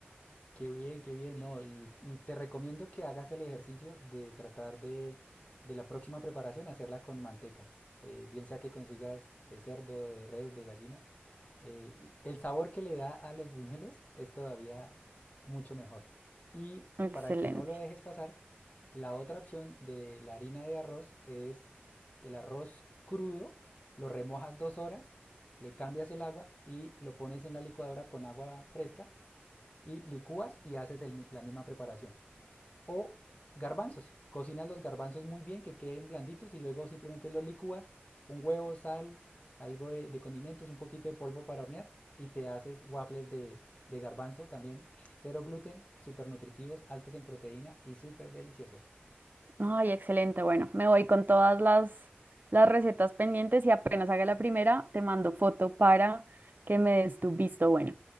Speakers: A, on the left (about 35°); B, on the right (about 50°).
A: Qué bien, qué bien, no. Y, y te recomiendo que hagas el ejercicio de tratar de, de la próxima preparación hacerla con manteca. Eh, bien sea que consigas de cerdo, de res, de gallina, eh, el sabor que le da a los buñuelos es todavía mucho mejor. Y
B: Excelente.
A: para que no lo dejes pasar, la otra opción de la harina de arroz es el arroz crudo, lo remojas dos horas, le cambias el agua y lo pones en la licuadora con agua fresca y licúas y haces el la misma preparación. O garbanzos. Cocinas los garbanzos muy bien, que queden blanditos y luego simplemente los licúas, un huevo, sal, algo de, de condimentos, un poquito de polvo para hornear y te haces waffles de, de garbanzo también, cero gluten, súper nutritivos, altos en proteína y súper deliciosos.
B: Ay, excelente. Bueno, me voy con todas las, las recetas pendientes y apenas haga la primera, te mando foto para que me des tu visto bueno.